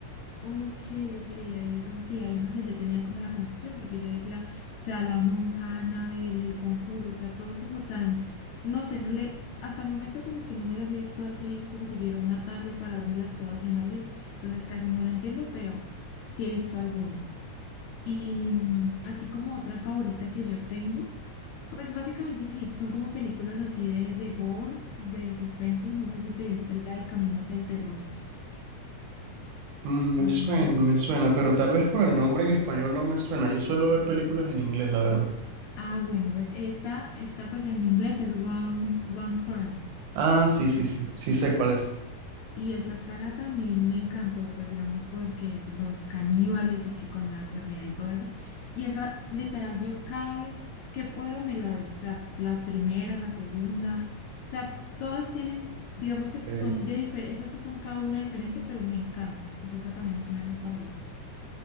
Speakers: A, on the left; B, on the right.
A: ok, ok, ahí es donde, sí, ahí es donde yo tenía como la confusión, porque yo decía, o sea, La Monja, Annabelle, El Conjuro, o sea, todo como tan, no sé, no le, hasta el momento como que no me las he visto así, como que yo llega una tarde para dármelas todas en orden, entonces casi no la entiendo, pero sí he visto algunas. Y mm, así como otra favorita que yo tengo, pues básicamente sí, son como películas así de, de gore, de suspenso. No sé si te viste la de Camino hacia el terror
B: Mm, me
A: alguna
B: suena,
A: vez.
B: me suena, pero tal vez por el nombre en español no me suena. Yo suelo ver películas en inglés, la verdad.
A: Ah, bueno, pues esta, esta pues en inglés es Wrong, Wrong Turn.
B: Ah, sí, sí, sí. Sí sé cuál es.
A: Y esa saga también me encantó, pues digamos, porque los caníbales y que con la enfermedad y todo eso. Y esa, literal, yo cada vez que puedo me la veo. O sea, la primera, la segunda. O sea, todas tienen, digamos que son
B: Ok.
A: de diferente, esas sí son cada una diferente, pero me encanta. Entonces, esa también es una de mis favoritas.